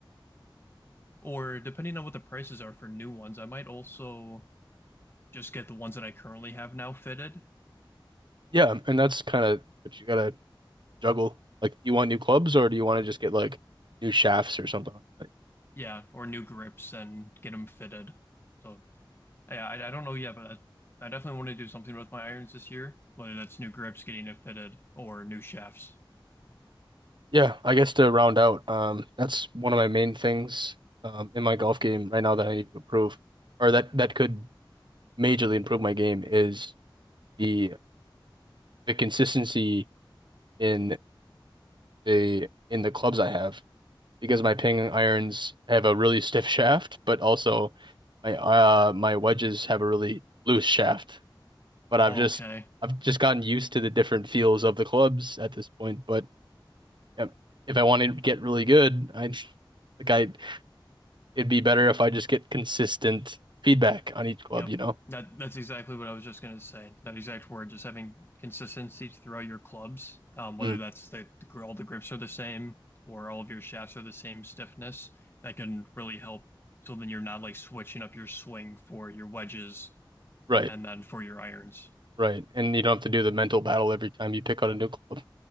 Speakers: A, on the left; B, on the right.
A: Or depending on what the prices are for new ones, I might also just get the ones that I currently have now fitted.
B: Yeah, and that's kind of what you gotta juggle. Like, do you want new clubs or do you want to just get like new shafts or something like that?
A: Yeah, or new grips and get them fitted. So Yeah, I, I don't know yet, but I, I definitely want to do something with my irons this year, whether that's new grips, getting it fitted, or new shafts.
B: Yeah, I guess to round out, um, that's one of my main things um, in my golf game right now that I need to improve, or that that could majorly improve my game is the the consistency in the in the clubs I have because my ping irons have a really stiff shaft, but also my uh my wedges have a really loose shaft. but I've
A: Okay.
B: just I've just gotten used to the different feels of the clubs at this point. But um, if I want to get really good, I like I it'd be better if I just get consistent feedback on each club,
A: Yep.
B: you know?
A: That that's exactly what I was just gonna say. That exact word, just having consistency throughout your clubs, um, whether
B: Mm,
A: that's the, the gr- all the grips are the same or all of your shafts are the same stiffness, that can really help. So then you're not like switching up your swing for your wedges
B: right,
A: and then for your irons.
B: right. And you don't have to do the mental battle every time you pick out a new club,